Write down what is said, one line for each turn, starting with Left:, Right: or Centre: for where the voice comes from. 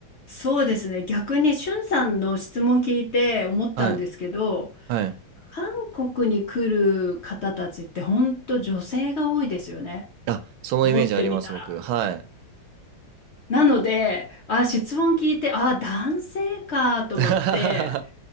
Left: そうですね。逆に、しゅんさんの質問聞いて思ったんですけど、
Right: はい、はい。
Left: 韓国に来る方たちって本当女性が多いですよね。
Right: あ、そのイメージあります、
Left: 思ってみたら。
Right: 僕。はい。
Left: なので、あ、質問聞いて、あ、男性かと思って、
Right: <laughs>